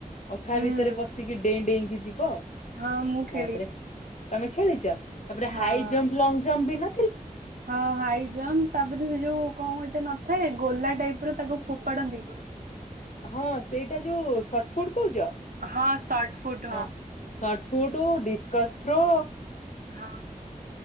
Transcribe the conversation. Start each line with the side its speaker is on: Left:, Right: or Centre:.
Left: ଅଖା
Right: ହୁଁ
Left: ଭିତରେ ପଶିକି ଡେଇଁ ଡେଇଁକି ଯିବ।
Right: ହଁ ମୁଁ ଖେଳିଛି।
Left: ତାପରେ ତମେ ଖେଳିଛ ତାପରେ
Right: ହଁ
Left: ହାଇ ଜମ୍ପ ଲଙ୍ଗ ଜମ୍ପ ବିନା
Right: ହଁ ହାଇ ଜମ୍ପ ତାପରେ ସେ ଯୋଉ କଣ ଗୋଟେ ନଥାଏ ଗୋଲା ଟାଇପ ର ତାକୁ ଫୋପାଡନ୍ତି।
Left: ହଁ ସେଇଟା ଯୋଉ ସଟଫୁଟ କହୁଛ
Right: ହଁ ସର୍ଟ ଫୁଟ
Left: ହଁ ସଟଫୁଡ ଡିସ୍କଥ୍ରୋ।
Right: ହଁ-ହଁ।